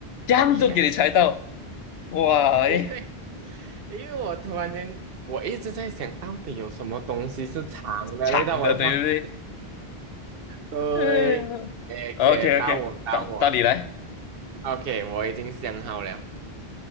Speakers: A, on the left (about 80°); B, on the right (about 65°).
A: 这样都给你猜到，
B: ？Yes，
A: 哇，
B: <laughs>
A: 诶，
B: 因为因为我突然间，我一直在想到底有什么东西是长的嘞，
A: 长的，
B: 到我的方
A: 对不对？
B: 对，
A: 嗯
B: 诶，
A: ，OK
B: 可以到我到我
A: OK，到到你来
B: ，OK，我已经想好了，